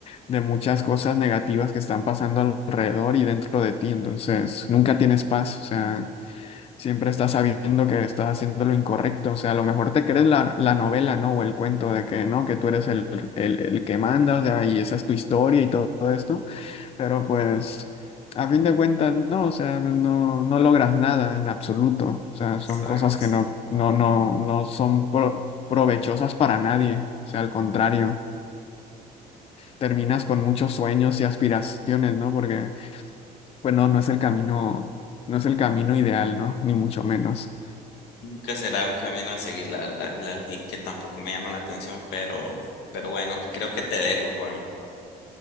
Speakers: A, on the left; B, on the left.
A: de muchas cosas negativas que están pasando alrededor y dentro de ti, entonces nunca tienes paz, o sea, siempre estás sabiendo que estás haciendo lo incorrecto, o sea, a lo mejor te crees la, la novela, ¿no? O el cuento de que, ¿no? Que tú eres el, el, el que manda, o sea, y esa es tu historia y todo esto pero pues, a fin de cuentas, no, o sea, no, no logras nada en absoluto. O sea, son
B: Exacto,
A: cosas que
B: sí.
A: no, no, no, no son pro- provechosas para nadie. O sea, al contrario, terminas con muchos sueños y aspiraciones, ¿no? Porque, pues no, no es el camino, no es el camino ideal, ¿no? Ni mucho menos.
B: Nunca será un camino a seguir, la verdad, la- y que tampoco me llama la atención, pero, pero bueno, creo que te dejo, Juan.